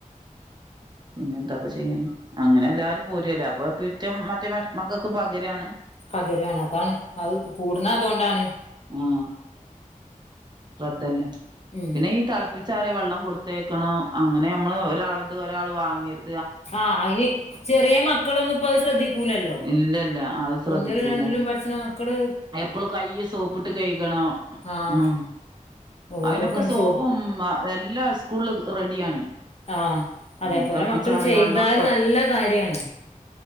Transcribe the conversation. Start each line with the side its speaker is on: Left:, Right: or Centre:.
Right: പിന്നെന്താപ്പൊ ചെയ്യ്ണ് അങ്ങനെ എല്ലാരും പോരല്ലെ അപ്പൊ പിറ്റ മറ്റേ മക്കൾക്കും പകരാണ്
Left: പകരാണ് അതാണ് അത് കൂട്ണതോണ്ടാണ്
Right: ആ ശ്രദ്ധല്ല
Left: ഉം
Right: പിന്നെ ഈ തിളപ്പ ച്ചാറിയ വെള്ളം കൊടുത്തയക്കണം അങ്ങനെ ഞമ്മള് ഒരാൾതൊരാള് വാങ്ങര്
Left: ആഹ് അതിന് ചെറിയ മക്കളൊന്നുംപ്പൊ അത് ശ്രദ്ധിക്കൂലല്ലോ
Right: ഇല്ലല്ല അത് ശ്രദ്ധിക്കൂല
Left: ഒന്നിലും രണ്ടിലും പഠിച്ച്ണ മക്കള്
Right: എപ്പളും കൈ സോപ്പിട്ട് കഴുകണം
Left: ആഹ്
Right: ഉം അയിനൊക്കെ
Left: ഓല്ക്കൊന്ന്
Right: സോപ്പും
Left: സോ
Right: എല്ലാ സ്കൂൾല് റെഡിയാണ്
Left: ആഹ അതേപോലെ
Right: ഉം തിളപ്പിച്ചാറിയ
Left: മക്കള് ചെയ്താല്
Right: വെള്ളൊക്കെ
Left: നല്ല കാര്യാണ്